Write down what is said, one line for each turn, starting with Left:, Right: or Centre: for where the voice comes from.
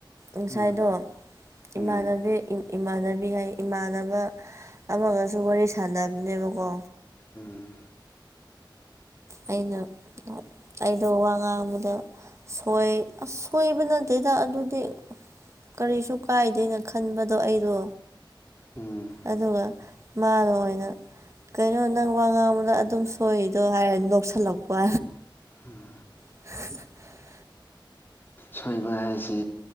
Right: ꯉꯁꯥꯏꯗꯣ
Left: ꯎꯝ
Right: ꯏꯃꯥꯟꯅꯕꯤ
Left: ꯎꯝ
Right: ꯏꯃꯥꯟꯅꯕꯤ ꯍꯥꯏ ꯏꯃꯥꯟꯅꯕ ꯑꯃꯒꯁꯨ ꯋꯥꯔꯤ ꯁꯥꯟꯅꯕꯅꯦꯕꯀꯣ
Left: ꯎꯝ
Right: ꯑꯩꯅ ꯑꯩꯗꯣ ꯋꯥ ꯉꯥꯡꯕꯗ ꯁꯣꯏ ꯑꯁꯣꯏꯕ ꯅꯠꯇꯦꯗ ꯑꯗꯨꯗꯤ ꯀꯔꯤꯁꯨ ꯀꯥꯏꯗꯦꯅ ꯈꯟꯕꯗꯣ ꯑꯩꯗꯣ
Left: ꯎꯝ
Right: ꯑꯗꯨꯒ ꯃꯥꯅ ꯑꯣꯏꯅ ꯀꯩꯅꯣ ꯅꯪ ꯋꯥ ꯉꯥꯡꯕꯗ ꯑꯗꯨꯝ ꯁꯣꯏꯔꯤꯗꯣ ꯍꯥꯏꯔ ꯅꯣꯛꯁꯜꯂꯛꯄ
Left: ꯎꯝ
Right: <inaudible>
Left: ꯁꯣꯏꯕ ꯍꯥꯏꯁꯦ